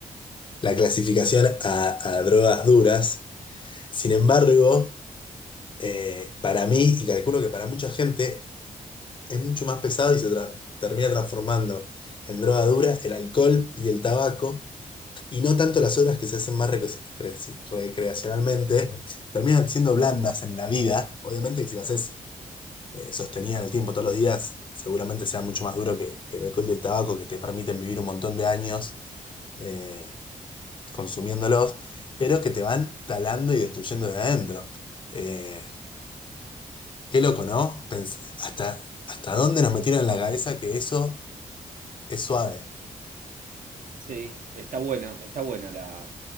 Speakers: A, on the left; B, on the right.
A: la clasificación a, a drogas duras. Sin embargo, eh, para mí, y calculo que para mucha gente, es mucho más pesado y se tra- termina transformando en droga dura el alcohol y el tabaco. y no tanto las obras que se hacen más recre- cre- recreacionalmente, terminan siendo blandas en la vida. Obviamente que si las haces eh, sostenidas en el tiempo todos los días, seguramente sea mucho más duro que, que el alcohol y el tabaco, que te permiten vivir un montón de años eh, consumiéndolos, pero que te van talando y destruyendo desde adentro. Eh, qué loco, ¿no? Pens- hasta, ¿hasta dónde nos metieron en la cabeza que eso es suave?
B: Sí, está buena, está buena la,